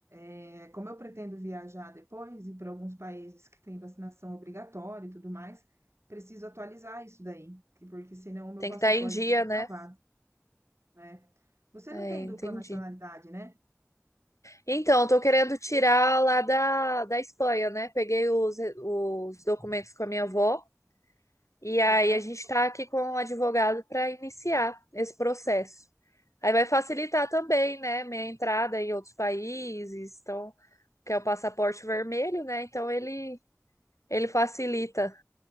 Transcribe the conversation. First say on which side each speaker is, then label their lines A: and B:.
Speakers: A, on the right (about 60°); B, on the left (about 80°).
A: É, como eu pretendo viajar depois e para alguns países que têm vacinação obrigatória e tudo mais, preciso atualizar isso daí, que- porque senão o meu
B: Tem
A: passaporte
B: que estar em dia,
A: fica
B: né?
A: travado, né? Você
B: É,
A: não tem
B: entendi.
A: dupla nacionalidade, né?
B: Então, eu tô querendo tirar lá da, da Espanha, né? Peguei os, os documentos com a minha avó. E aí
A: Aham.
B: a gente está aqui com um advogado para iniciar esse processo. Aí vai facilitar também, né, minha entrada em outros países, então, que é o passaporte vermelho, né? Então ele ele facilita,